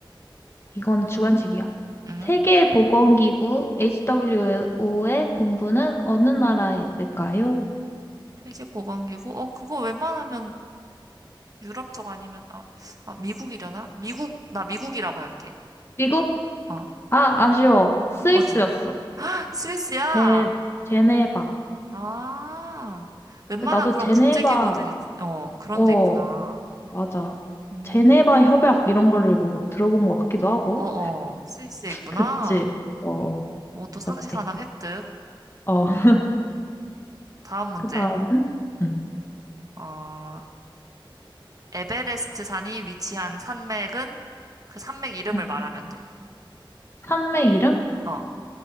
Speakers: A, on the left; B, on the right.
A: 이건 주관식이야.
B: 응?
A: 세계보건기구 HWO의 본부는 어느 나라에 있을까요?
B: 세계보건기구? 어, 그거 웬만하면 유럽 쪽 아니면, 아, 아, 미국이려나? 미국, 나 미국이라고 할게.
A: 미국?
B: 어,
A: 아, 아쉬워. 스위스였어.
B: 어딘? <laughs> 스위스야!
A: 제, 제네바.
B: 아, 웬만한
A: 나도
B: 그런
A: 제네바,
B: 국제기구들이, 어, 그런
A: 어,
B: 데 있구나.
A: 맞아.
B: 음,
A: 제네바 협약 이런 거를 뭐 들어본 것 같기도 하고.
B: 어어, 스위스에 있구나.
A: 그치. 어,
B: 오, 또 상식
A: 그렇대.
B: 하나 획득.
A: 어, <laughs>
B: 다음 문제.
A: 그 다음은? 응.
B: 어, 에베레스트 산이 위치한 산맥은 그 산맥 이름을
A: 응.
B: 말하면 돼.
A: 산맥 이름?
B: 어.